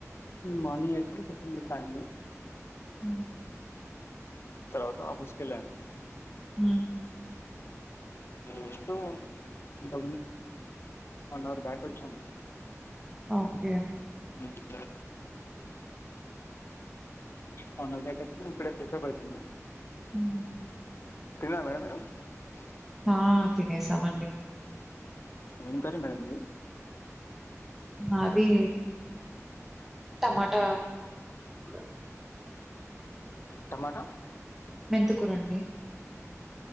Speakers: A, on the left; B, in the centre.
A: మార్నింగ్ చేసాం టిఫిన్ చేసాం
B: ఉ
A: తర్వాత ఆఫీస్ కి వెళ్ళాం
B: ఉ
A: జస్ట్ ఇంకా వన్ అవర్ బ్యాక్ వచ్చాను
B: okay
A: okay one year back వచ్చినం ఇప్పుడే ఫ్రెష్ అప్ అవుతున్నావ్
B: హ్మ్
A: తిన్నారా మేడం మీ రు
B: ఆ తినేసా మండి
A: ఏం కారీ మేడం మీ ది
B: అది టమాటా కూర
A: టమాటా
B: మెంతికూర అండి